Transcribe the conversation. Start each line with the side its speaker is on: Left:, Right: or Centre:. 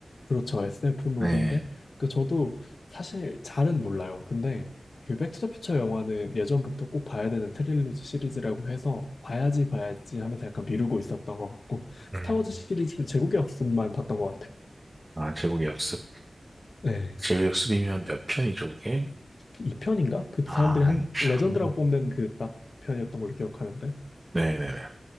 Left: 그렇죠. SF 무비인데
Right: 네.
Left: 그 저도 사실 잘은 몰라요. 근데 그 백투더퓨처 영화는 예전부터 꼭 봐야 되는 트릴로지 시리즈라고 해서 봐야지 봐야지 하면서 약간 미루고 있었던 것 같고
Right: 음.
Left: 스타워즈 시리즈는 제국의 없음만 봤던 것 같아요.
Right: 아, 제국의 역습.
Left: 네.
Right: 제국의 역습이면 몇 편이죠, 그게?
Left: 이편인가그
Right: 아,
Left: 사람들이 한
Right: 이 편.
Left: 레전드라고 뽑는 그 딱 편이었던 걸로 기억하는데
Right: 네네네.